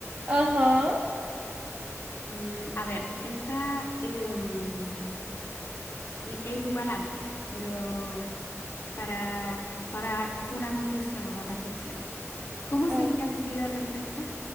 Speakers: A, on the right; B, on the left.
A: Ajá,
B: Mm, a ver, esta em, y- es igual amplia, pero para, para una conclusión, una reflexión. ¿Cómo sería
A: a ver.
B: tu vida perfecta,